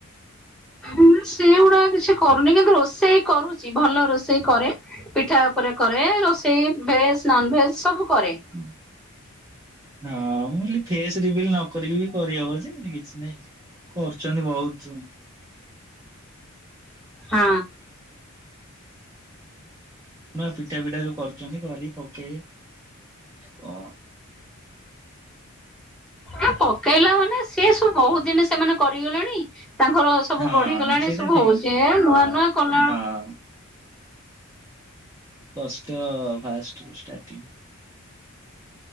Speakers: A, in the centre; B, on the right (about 15°).
A: ଁ ସେଗୁଡା କିଛି କରୁନି କିନ୍ତୁ ରୋଷେଇ କରୁଛି ଭଲ ରୋଷେଇ କରେ। ପିଠା ଉପରେ କରେ ରୋଷେଇ ଭେଜ ନନ ଭେଜ ସବୁ କରେ।
B: ହୁଁ। ହଁ ମୁଁ ଫେସ ରିବିଲ୍ ନକିକି ବି କରିହବ କିଛି ନାଇଁ। କରୁଛନ୍ତି ବହୁତ।
A: ହଁ।
B: ନା ପିଠା ପିଟା ଯୋଉ କରୁଛନ୍ତି କରି ପକେଇବ କଣ।
A: ଆ ପକେଇଲା ମାନେ ସେି ସବୁ ବହୁତ ଦିନ ସେମାନେ କରିଗଲେଣି। ତାଙ୍କର ସବୁ
B: ହଁ
A: ବଢିଗଲାଣି
B: ସେଇଟା
A: ସବୁ
B: ଠିକ
A: ହଉଛି ନୂଆ ନୂଆ କଲା।
B: ହଁ ଷ୍ଟ ଫାଷ୍ଟାର୍ଟି।